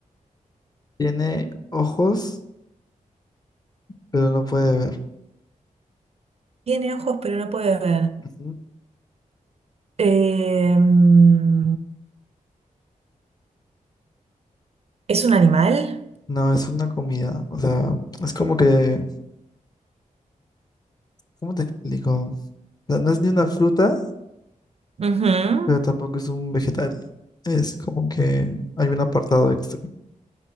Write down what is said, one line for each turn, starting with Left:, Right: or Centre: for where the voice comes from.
Left: tiene ojos, pero no puede ver.
Right: Tiene ojos, pero no puede ver.
Left: Ujú.
Right: Em, ¿es un animal?
Left: No, es una comida. O sea, es como que, ¿cómo te explico? No, no es ni una fruta,
Right: Ujú.
Left: pero tampoco es un vegetal. Es como que hay un apartado extra.